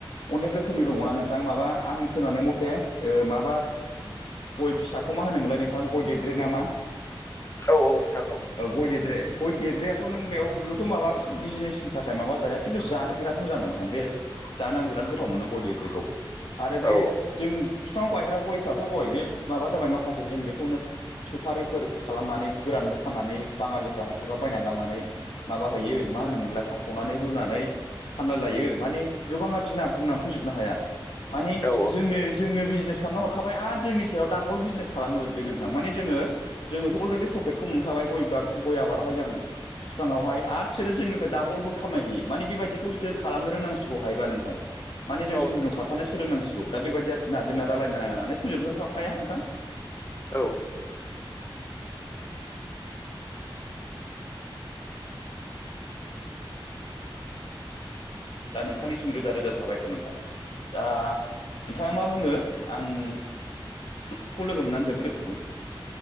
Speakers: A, on the left; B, on the left.
A: अनेक रोखोमनि दङना नोंथां माबा आंनि खोनानाय मथे माबा गय फिसाखौ मा होनोमोनलाय नोंथां गय देद्रे नामा
B: औ औ नोंथां औ
A: औ गय देरद्रे गय देद्रायथ' नों बेयावथ' माबा बिजनेसनि थाखाय माबा जाया खिनथु जानो बिराद बिराद मोजां नोंथां बे जानो आं बिराद गोथाव मोनो गय दद्रेखौ आरो बे
B: औ
A: जों बिफां गायग्रा गयफ्राथ' गय बे माबा जाबाय माखासे जों बेखौनो सुफारिफोर खालामनानै गोरानबो फाननानै बाङालिफ्रा हारसाारफ्रा बायना लांनानै माबा हैयो मा होनोमोनलाय हाखावनानै रुनानै फानलाय लायो माने गोबां आरोखिना बुंनानै फोजोबनो हाया माने
B: औ
A: जोंनो जोंनो बिजनेस खालामना हरखाबाय आरो जोंनि सायाव डाबल बिजनेस खालामो बे नोंथां माने जोङो जोंनोथ' अलरेडि प्रफिटखौ मोनखाबाय गय गय आबादावहाय जों सिगाङावहाय आरो बिसोरो जोंनिफ्राय डाबल गुन खामायहैयो माने बेबायदिखौ खालामनो रोंनांसिगौ हायोबा नोंथां माने जों
B: औ
A: सम ज खारफानो सोलोंनांसिगौ दा बेबायदि आरोखि ना जोंना रायलायनानै फोजोबनोथ हाखाया नोंथां
B: औ
A: दा नोंथांनिसिम रोजा रोजा साबायखर नोंथां दा नोंथाङा मा बुङो आं नोंखौ लोगो मोननानै जोबोद